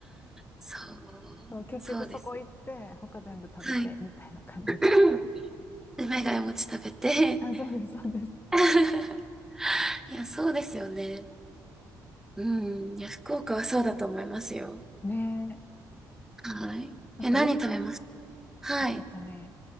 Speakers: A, in the centre; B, on the left.
A: そう。
B: そう、結局そこ行って、
A: そうです。
B: 他全部食べて、
A: はい。
B: みたいな感じでした。
A: <coughs> <clears throat> 梅ヶ谷餅食べて
B: あ、そうです、そうです。
A: <laughs> いや、そうですよね。うん。いや、福岡はそうだと思いますよ。
B: ねえ。
A: はい。
B: なんかや、
A: え、何食べますはい。
B: え、えっとね、